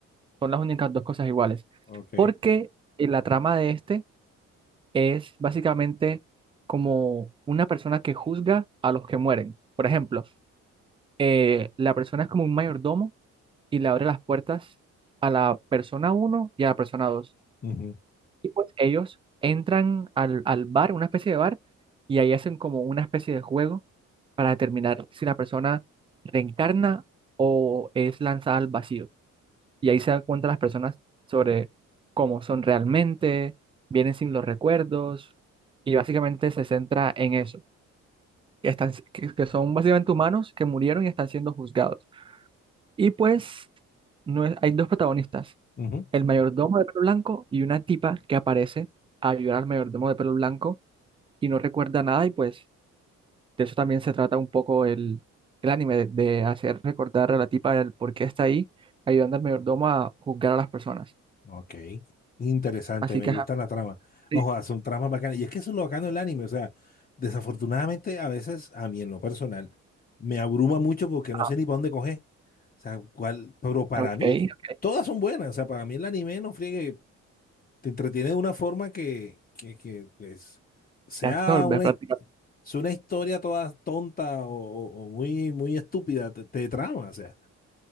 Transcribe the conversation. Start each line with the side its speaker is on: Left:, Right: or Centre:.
Right: Son las únicas dos cosas iguales.
Left: Ok.
Right: Porque eh, la trama de este es básicamente como una persona que juzga a los que mueren. Por ejemplo, eh, la persona es como un mayordomo y le abre las puertas a la persona uno y a la persona dos
Left: ujú,
Right: Y pues ellos entran al, al bar, una especie de bar, y ahí hacen como una especie de juego para determinar si la persona reencarna o es lanzada al vacío. Y ahí se dan cuenta las personas sobre cómo son realmente, vienen sin los recuerdos, y básicamente se centra en eso, que, están, que que son básicamente humanos que murieron y están siendo juzgados. Y pues no es- hay dos protagonistas,
Left: ujú,
Right: el mayordomo de pelo blanco y una tipa que aparece a ayudar al mayordomo de pelo blanco y no recuerda nada y pues de eso también se trata un poco el, el anime, de, de hacer recordar a la tipa el por qué está ahí ayudando al mayordomo a juzgar a las personas.
Left: Ok. Interesante,
Right: Así
Left: me
Right: que,
Left: gusta
Right: ajá,
Left: la trama.
Right: sí,
Left: No jodas, son tramas bacanas. Y es que eso es lo bacano del anime. O sea, desafortunadamente, a veces, a mí en lo personal, me abruma mucho porque
Right: ah,
Left: no sé ni para dónde coger. O sea, cuál, pero para
Right: ok,
Left: mí,
Right: ok,
Left: todas son buenas. O sea, para mí el anime no friegue, te entretiene de una forma que, que, que pues, sea
Right: te absorbe
Left: una,
Right: prácticamente,
Left: his- sea una historia toda tonta o, o- o muy, muy estúpida, te, te trama. O sea.